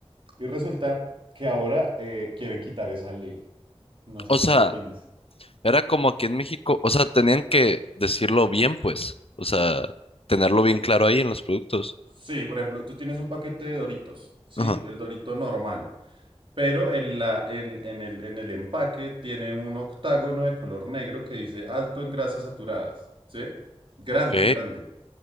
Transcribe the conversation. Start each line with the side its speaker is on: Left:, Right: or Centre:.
Right: Y resulta que ahora eh, quieren quitar esa ley. No sé
Left: O
Right: tú
Left: sea,
Right: qué opines.
Left: era como aquí en México, o sea, tenían que decirlo bien, pues, o sea, tenerlo bien claro ahí en los productos.
Right: Sí, por ejemplo, tú tienes un paquete de Doritos, ¿sí?
Left: Ajá.
Right: El Dorito normal. Pero en la, en, en el, en el empaque tiene un octágono de color negro que dice alto en grasas saturadas, ¿sí? Grande,
Left: Ok.
Right: grande.